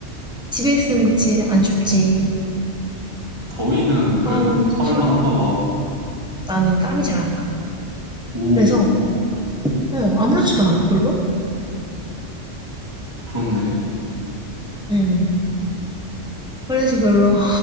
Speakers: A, in the centre; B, on the right (about 20°).
A: 집에 있으면
B: 음,
A: 그치 안 춥지.
B: 더위는 그래도
A: 어우
B: 참을
A: 싫어.
B: 만한가 봐.
A: 나는 땀이 잘 안 나.
B: 오,
A: 그래서 어, 아무렇지도 않아, 별로.
B: 부럽네.
A: 음. 그래서 별로, 아,